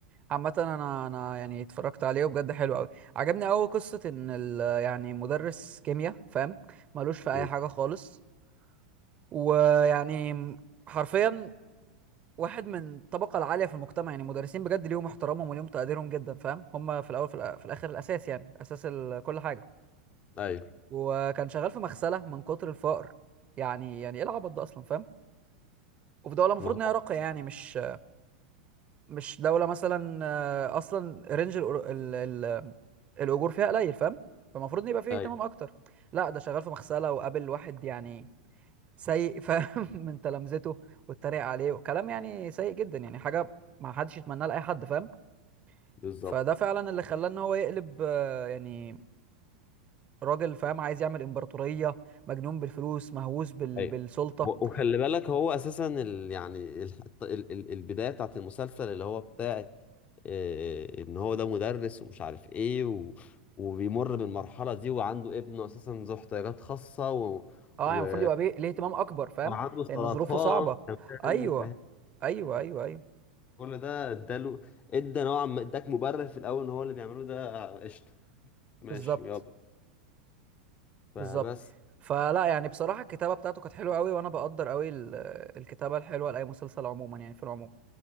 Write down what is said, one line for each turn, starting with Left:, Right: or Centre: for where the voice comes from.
Right: عامة انا انا يعني اتفرجت عليه وبجد حلو قوي عجبني قوي قصة ان ال يعني مدرس كيمياء فاهم ملوش في اي
Left: مم.
Right: حاجة خالص ويعني حرفيا واحد من الطبقة العالية في المجتمع يعني مدرسين بجد ليهم احترامهم وليهم تقديرهم جدا فاهم هم في الاول في, الأ- في الاخر الاساس يعني اساس ال- كل حاجة
Left: ايوه
Right: وكان شغال في مغسلة من كتر الفقر يعني يعني ايه العبط ده اصلا فاهم وفي دولة المفروض
Left: ما هو
Right: ان هي راقية يعني مش مش دولة مثلا آه، أصلا رينج الأر- ال- ال- الأجور فيها قليل فاهم فالمفروض يبقى فيه
Left: ايوه
Right: اهتمام أكتر لا ده شغال في مغسلة وقابل واحد يعني سيء فاهم <laughs> من تلامذته واتريق عليه وكلام يعني سيء جدا يعني حاجة ما حدش يتمناها لأي حد فاهم
Left: بالظبط
Right: فده فعلا اللي خلاه إن هو يقلب آه، يعني راجل فاهم عايز يعمل إمبراطورية مجنون بالفلوس مهووس بال...
Left: ايوه
Right: بالسلطة
Left: و- وخلي بالك هو اساسا ال... يعني ال... ال... ال- البدايه بتاعت المسلسل اللي هو بتاعت آه، ان هو ده مدرس ومش عارف ايه و... وبيمر بالمرحله دي وعنده ابنه اساسا ذو احتياجات خاصه و...
Right: اه
Left: و...
Right: يعني المفروض يبقى بيه ليه اهتمام أكبر فاهم
Left: وعنده سرطان
Right: لأن ظروفه صعبة
Left: كمان
Right: أيوه
Left: فاهم
Right: أيوه أيوه أيوه
Left: كل ده اداله ادى نوعا ما اداك مبرر في الاول ان هو اللي بيعمله ده قشطه ماشي
Right: بالظبط
Left: ويلا فبس
Right: بالظبط فلا يعني بصراحة الكتابة بتاعته كانت حلوة قوي وانا بقدر قوي ال- الكتابة الحلوة لأي مسلسل عموما يعني في العموم